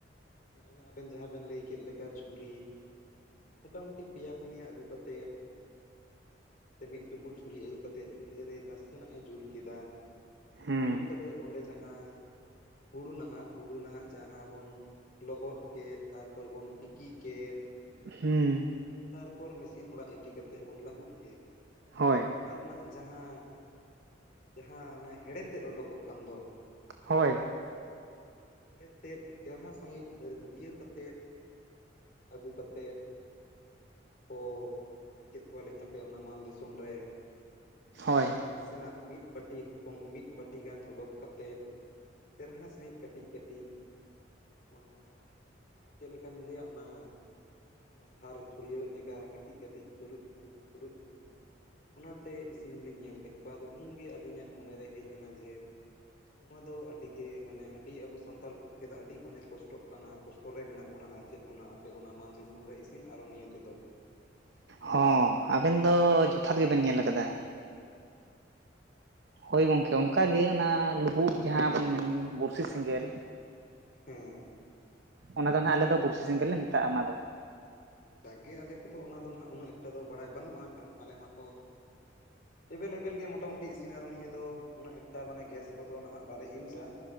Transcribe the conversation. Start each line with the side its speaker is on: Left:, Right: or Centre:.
Left: ᱚᱱᱮ ᱟᱵᱮᱱ ᱡᱟᱦᱟᱸ ᱵᱮᱱ ᱞᱟᱹᱭ ᱠᱮᱫ ᱞᱮᱠᱟ ᱡᱷᱩᱨᱤ ᱢᱚᱴ ᱢᱩᱴᱤ ᱯᱮᱭᱟ ᱯᱩᱱᱭᱟ ᱟᱹᱜᱩ ᱠᱟᱛᱮᱫ᱾ ᱥᱮ ᱢᱤᱫ ᱪᱩᱯᱩᱫ ᱡᱷᱩᱨᱤ ᱟᱹᱜᱩ ᱠᱟᱛᱮᱫ ᱪᱩᱞᱦᱟᱹ ᱨᱮ ᱫᱟᱥᱮ ᱱᱟᱜ ᱮ ᱡᱩᱞ ᱠᱮᱫᱟ᱾
Right: ᱦᱩᱸ
Left: ᱡᱩᱞ ᱠᱟᱛᱮᱫ ᱚᱸᱰᱮ ᱡᱟᱦᱟᱭ ᱦᱩᱲᱩ ᱱᱟᱦᱟᱜ ᱦᱩᱲᱩ ᱱᱟᱦᱟᱜ ᱡᱟᱦᱟ ᱵᱚᱱ ᱞᱚᱦᱚᱫ ᱠᱮᱫ ᱛᱟᱨ ᱯᱚᱨ ᱵᱚᱱ ᱛᱤ ᱠᱤ ᱠᱮᱫ
Right: ᱦᱩᱸ
Left: ᱦᱮᱸ ᱛᱟᱨ ᱯᱚᱨ ᱢᱤᱥᱤᱱ ᱚᱲᱟᱜ ᱤᱫᱤ ᱠᱟᱛᱮᱫ ᱵᱚᱱ ᱞᱟᱹᱦᱩᱫ ᱠᱮᱫ᱾
Right: ᱦᱚᱭ
Left: ᱚᱱᱟ ᱨᱮᱱᱟᱜ ᱡᱟᱦᱟ ᱡᱟᱦᱟ ᱚᱱᱮ ᱦᱮ ᱲᱮ ᱛᱮᱫ ᱚᱰᱳᱠ ᱠᱚᱜ ᱠᱟᱱ ᱫᱚ
Right: ᱦᱚᱭ
Left: ᱦᱩ ᱚᱱᱟ ᱦᱮᱲᱮ ᱛᱮᱫ ᱪᱮᱨ ᱦᱟ ᱥᱟᱦᱤᱡ ᱦᱟᱹᱨ ᱜᱩᱴᱭᱟᱹᱣ ᱠᱟᱛᱮᱫ ᱟᱹᱜᱩ ᱠᱟᱛᱮᱫ᱾ ᱠᱚ ᱧᱮᱞ ᱠᱮᱫ ᱠᱚᱣᱟ ᱞᱤᱧ ᱟᱯᱮ ᱚᱱᱟ ᱢᱟᱱ ᱫᱤᱥᱚᱢ ᱨᱮ
Right: ᱦᱳᱭ
Left: ᱚᱱᱟ ᱱᱟᱥᱮ ᱱᱟᱜ ᱢᱤᱫ ᱵᱟᱹᱴᱤ ᱦᱚᱯᱚᱱ ᱢᱤᱫ ᱵᱟᱹᱴᱤ ᱜᱟᱱ ᱚᱰᱳᱠ ᱠᱟᱛᱮᱫ᱾ ᱪᱮᱨ ᱦᱟ ᱥᱟᱹᱦᱤᱡ ᱠᱟᱹᱴᱤᱡ ᱠᱟᱹᱴᱤᱡ ᱚᱱᱮ ᱚᱱᱟ ᱢᱟᱱᱮ ᱪᱮᱫ ᱞᱮᱠᱟᱧ ᱞᱟᱹᱭᱟ ᱚᱱᱟ ᱚᱱᱟ ᱥᱟᱨ ᱪᱷᱩᱲ ᱭᱟᱹᱣ ᱮᱫ ᱞᱮᱠᱟ ᱠᱟᱹᱴᱤᱡ ᱠᱟᱹᱴᱤᱡ ᱪᱩᱨᱩᱡ ᱪᱩᱨᱩᱡ ᱪᱩᱨᱩᱡ ᱪᱩᱨᱩᱡ ᱚᱱᱟ ᱛᱮ ᱤᱥᱤᱱ ᱞᱤᱧ ᱧᱮᱞ ᱠᱮᱫ ᱠᱚᱣᱟ ᱟᱫᱚ ᱩᱱ ᱜᱮ ᱟᱹᱞᱤᱧ ᱟᱜ ᱢᱚᱱᱮ ᱨᱮ ᱦᱮᱡ ᱮᱱᱟ ᱡᱮ ᱱᱚᱣᱟ ᱫᱚ ᱟᱹᱰᱤ ᱜᱮ ᱢᱟᱱᱮ ᱟᱹᱰᱤ ᱟᱵᱚ ᱥᱟᱱᱛᱟᱲ ᱯᱚᱠᱷᱮ ᱫᱚ ᱟᱹᱰᱤ ᱢᱟᱱᱮ ᱠᱚᱥᱴᱚᱜ ᱠᱟᱱᱟ ᱠᱚᱥᱴᱚ ᱨᱮ ᱢᱮᱱᱟᱜ ᱵᱚᱱᱟ ᱟᱨ ᱪᱮᱫ ᱚᱱᱟ ᱟᱯᱮ ᱚᱱᱟ ᱢᱟᱱ ᱫᱤᱥᱚᱢ ᱨᱮ ᱤᱥᱤᱱ ᱟᱨᱚ ᱱᱤᱭᱟᱹ ᱛᱮ ᱫᱚ
Right: ᱦᱚᱸ ᱟᱵᱮᱱ ᱫᱚ ᱡᱚᱛᱷᱟᱛ ᱜᱮ ᱵᱮᱱ ᱧᱮᱞ ᱠᱟᱫᱟ᱾ ᱦᱳᱭ ᱜᱚᱝᱠᱮ ᱚᱱᱠᱟ ᱜᱮ ᱚᱱᱟ ᱞᱩᱵᱩᱜ ᱡᱟᱦᱟ ᱵᱚᱱ ᱢᱮᱱ ᱵᱩᱨᱥᱤ ᱥᱮᱸᱜᱮᱞ
Left: ᱦᱮᱸ
Right: ᱚᱱᱟ ᱫᱚ ᱱᱟᱜ ᱟᱞᱮ ᱫᱚ ᱵᱩᱨᱥᱤ ᱥᱮᱸᱜᱮᱞ ᱞᱮ ᱢᱮᱛᱟᱜᱼᱟ ᱚᱱᱟ ᱫᱚ
Left: ᱡᱟᱜᱮ ᱟᱞᱮ ᱠᱚᱫᱚ ᱚᱱᱟ ᱫᱚ ᱱᱟᱦᱟᱜ ᱩᱱᱟᱹᱜ ᱮᱠᱴᱟ ᱫᱚ ᱵᱟᱲᱟᱭ ᱵᱟᱹᱱᱩᱜᱼᱟ ᱠᱟᱨᱚᱱ ᱟᱞᱮ ᱢᱟᱛᱚ ᱮᱵᱮᱞ ᱮᱵᱮᱞ ᱜᱮ ᱢᱚᱴᱟ ᱢᱩᱴᱤ ᱤᱥᱤᱱ ᱟᱨᱚ ᱱᱤᱭᱟᱹ ᱫᱚ ᱩᱱᱟᱹᱜ ᱮᱠᱴᱟ ᱢᱟᱱᱮ ᱜᱮᱥ ᱠᱚᱫᱚ ᱱᱟᱦᱟᱜ ᱵᱟᱞᱮ ᱤᱭᱩᱡᱟ